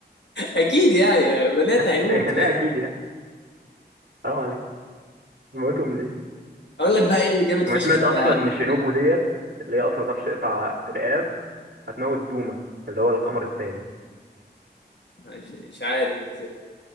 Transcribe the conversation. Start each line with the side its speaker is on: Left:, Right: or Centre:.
Left: اكيد يعني بنات
Right: <laughs>
Left: هيموتوا
Right: يعني
Left: <laughs>
Right: إيه اكيد يعني حرام عليك موتهم ليه
Left: اقول لك بقى انمي جامد
Right: وما
Left: فشخ
Right: سمعت
Left: انت
Right: اصلا
Left: انت
Right: ان شينوبو ديت اللي هي اصلا ما بتعرفش تقطع رقاب هتموت دوما اللي هو القمر التاني
Left: مش مش عارف ازاي